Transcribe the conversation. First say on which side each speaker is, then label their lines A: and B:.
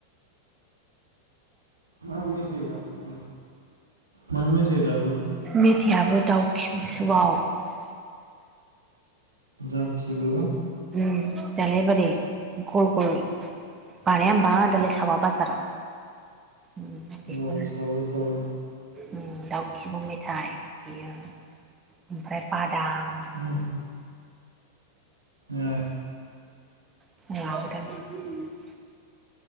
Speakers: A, on the right; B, on the right.
A: मा मेथाय लाबोखो मा मेथाय लाबोखो?
B: मेथायाबो दाउ खिबुसोबाव।
A: दाउ खिबु?
B: उम दालाय बोरै गल गल बानाया होनबा दालाय सावा बाजाराव उम
A: गोबाव
B: बिखौनो।
A: सावो सावो।
B: उम दाउ खिबौ मेथाय बियो ओमफ्राय बादाम।
A: उम। ए
B: लाबोदों